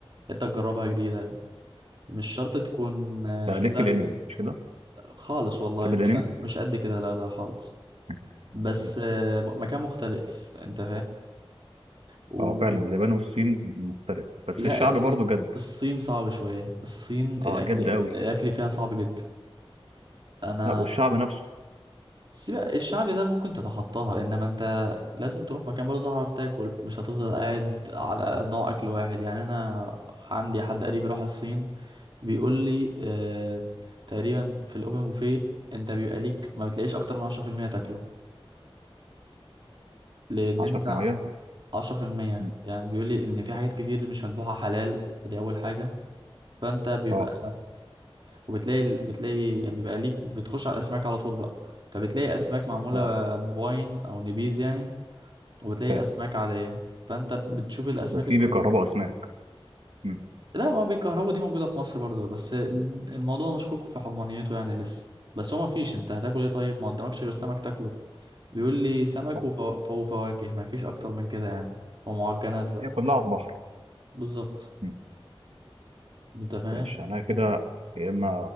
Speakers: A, on the right; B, on the right.
A: انت تجربها جديدة مش شرط تكون آه،
B: ده
A: شفتها
B: ليك في
A: قبل
B: الانمي
A: كده
B: مش كده
A: خالص والله
B: تحب الانمي
A: مش مش قد كده لا لا خالص
B: <laughs>
A: بس
B: ماشي.
A: آه، مكان مختلف انت فاهم
B: اه فعلا اليابان والصين مختلف بس
A: لا
B: الشعب برضه جد
A: الصين صعب شوية الصين الأكل
B: اه جد
A: الأكل
B: قوي
A: فيها صعب جدا أنا
B: لا والشعب نفسه
A: سيبك الشعب ده ممكن تتخطاها إنما أنت لازم تروح مكان برضه تعرف تاكل مش هتفضل قاعد على نوع أكل واحد يعني أنا عندي حد قريبي راح الصين بيقول لي آه تقريبا في الأوبن بوفيه أنت بيبقى ليك ما بتلاقيش أكتر من عشرة في المية تاكله لأن
B: 10%
A: أنت عشرة في المية
B: مم.
A: يعني بيقول لي إن في حاجات كتير مش مذبوحة حلال دي أول حاجة فانت بيبقى
B: اه
A: وبتلاقي ال- بتلاقي يعني بيبقى ليك بتخش على الاسماك على طول بقى فبتلاقي اسماك معموله
B: اه
A: بواين او نبيز يعني وبتلاقي
B: فاهم
A: اسماك عاديه فانت بتشوف الاسماك
B: وفي
A: الكويسه
B: بيكهربوا اسماك مم.
A: لا ما بيكهربوا دي موجوده في مصر برضو بس الموضوع مشكوك في حرمانيته يعني لسه بس هو ما فيش انت هتاكل ايه طيب ما قدامكش غير سمك تاكله بيقول لي سمك
B: صح.
A: وفو... وفواكه ما فيش اكتر من كده يعني ومعجنات بقى
B: هي كلها على البحر
A: بالظبط
B: مم.
A: انت فاهم
B: ماشي انا كده يا اما